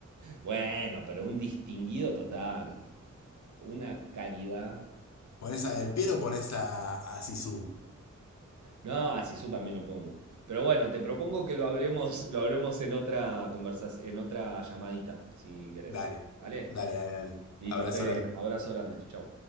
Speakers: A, on the right; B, on the left.
A: Bueno, pero un distinguido total. Una calidad.
B: pones a Del Piero o pones a, a Zizou.
A: No, así yo también lo pongo. Pero bueno, te propongo que lo hablemos, lo hablemos en otra conversación, en otra llamadita, si querés.
B: Dale,
A: ¿Vale?
B: dale, dale, dale.
A: Listo,
B: Abrazo
A: Fede.
B: grande.
A: Abrazo grande. Chau.